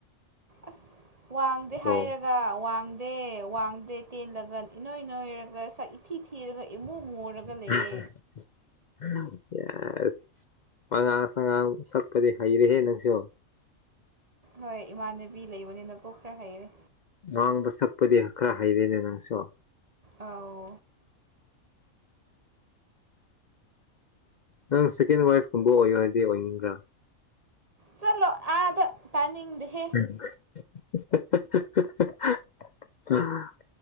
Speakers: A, on the right; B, on the left.
A: ꯑꯁ ꯋꯥꯡꯗꯦ
B: ꯑꯣ
A: ꯍꯥꯏꯔꯒ ꯋꯥꯡꯗꯦ ꯋꯥꯡꯗꯦ ꯇꯦꯜꯂꯒ ꯏꯅꯣꯏ ꯅꯣꯏꯔꯒ ꯁꯛ ꯏꯊꯤ ꯊꯤꯔꯒ ꯏꯃꯨ ꯃꯨꯔꯒ
B: <inaudible>
A: ꯂꯩꯌꯦ
B: ꯄꯉꯥꯡ ꯁꯉꯥꯡ ꯁꯛꯄꯗꯤ ꯍꯩꯔꯦꯍꯦ ꯅꯪꯁꯨ
A: ꯍꯣꯏ ꯏꯃꯥꯟꯅꯕꯤ ꯂꯩꯕꯅꯤꯅꯀꯣ ꯈꯔ ꯍꯩꯔꯦ
B: ꯅꯍꯥꯡꯕ ꯁꯛꯄꯗꯤ ꯈꯔ ꯍꯩꯔꯤꯅꯦ ꯅꯪꯁꯨ
A: ꯑꯥꯎ
B: ꯅꯪ ꯁꯦꯀꯦꯟ ꯋꯥꯏꯐꯀꯨꯝꯕ ꯑꯣꯏꯌꯣꯍꯥꯏꯔꯗꯤ ꯑꯣꯏꯅꯤꯡꯕ꯭ꯔꯥ꯫
A: ꯆꯂꯣ ꯑꯥꯗ ꯇꯅꯤꯡ ꯗꯦꯍꯦ꯫
B: <unintelligible>